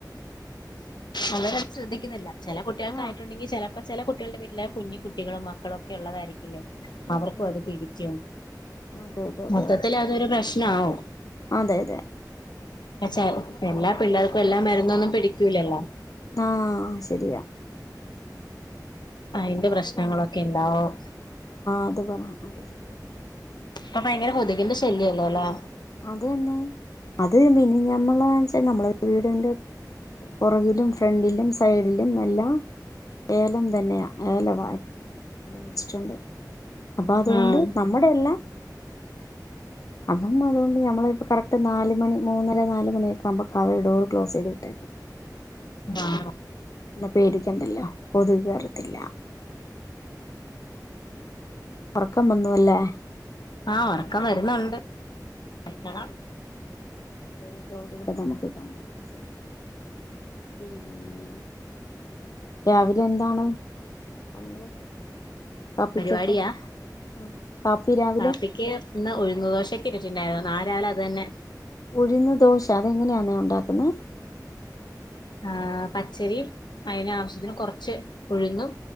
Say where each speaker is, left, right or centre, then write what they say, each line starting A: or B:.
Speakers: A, on the left; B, on the left.
A: അവരത് ശ്രദ്ധിക്കുന്നില്ല ചെല കുട്ടികൾക്കായിട്ടുണ്ടെങ്കിൽ
B: ആഹ്
A: ചിലപ്പോ ചെല കുട്ടികളുടെ വീട്ടിൽ ല്ല കുഞ്ഞി കുട്ടികളും മക്കളു ഒക്കെ
B: ഉം
A: അവർക്കും
B: ഉം
A: അത് തിരിച്ചും
B: അതെ അതെ അതെ
A: മൊത്തത്തിൽ അതൊരു പ്രശ്നാവും
B: അതെ അതെ അതെ
A: ച്ചാൽഎല്ലാ പിള്ളേർക്കും എല്ലാം മരുന്നൊന്നും പിടിക്കൂലല്ലോ
B: ആ ശരിയാ
A: അയിന്റെ
B: <unintelligible>
A: പ്രശ്നങ്ങളൊക്കെ ഇണ്ടാവും
B: അത് പറ അത് ശരിയാവും
A: ഇപ്പൊ ഭയങ്കര കൊതുകിന്റെ ശല്യം ല്ലല്ലേ
B: അതെന്നെ അത് മിനിഞമ്മളെ ച്ചാ വീടിന്റെ പൊറകിലുഫ്രണ്ടിലും സൈഡിലും എല്ലാം ഏലം തന്നെയാ ഏലം വച്ചി ട്ടുണ്ട് അപ്പോഅതുകൊണ്ട്
A: ഉം
B: നമ്മുടെയെല്ലാം അപ്പോ അതുകൊണ്ട് നമ്മൾ കറക്റ്റ് നാലു മണി മൂന്നരനാല് മണി ആവുബോഡോറ് ക്ലോസ് ചെയ്തു വിട്ടേക്കും
A: <unintelligible>
B: എന്നാ പേടിക്കണ്ടല്ലോ കൊതുക് വരത്തില്ല ഉറക്കം വന്നു ലേ
A: ആ ഉറക്കം വരുന്നുണ്ട് <unintelligible>
B: ഇതോടുകൂടെ നമുക്ക് കംപ്ലീറ്റ് ചെയ്യാം പിന്നെ രാവിലെ എന്താണ് പണികള് കാപ്പിക്കൊക്കെ
A: പരിപാടിയാ
B: ആ കാപ്പി രാവിലെ
A: കാപ്പിക്ക് ഇന്ന് ഉഴുന്നു ദോശക്ക് രിച്ചിരുന്നു നാളെ രാവിലെ അതന്നെ
B: ഉഴുന്ന് ദോശ അത് എങ്ങനെ നാ ഉണ്ടാക്കുന്ന
A: ആ പച്ചരി ആവശ്യത്തിന് കുറച്ച് ഉഴുന്നും